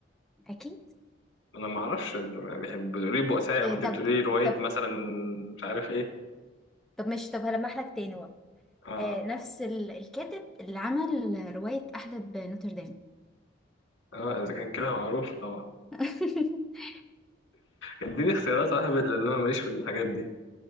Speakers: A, in the centre; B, on the left.
A: أكيد
B: أنا ما أعرفش بتقولي بؤساء
A: إيه
B: أو أنت
A: طب
B: بتقولي رواية
A: طب
B: مثلا مش عارف إيه
A: طب ماشي طب هلمح لك تاني بقى
B: آه
A: آه نفس ال... الكاتب اللي عمل رواية أحدب نوتردام
B: آه إذا كان كده معروف طبعا
A: <laughs>
B: إديني اختيارات واحد لأن أنا ماليش في الحاجات دي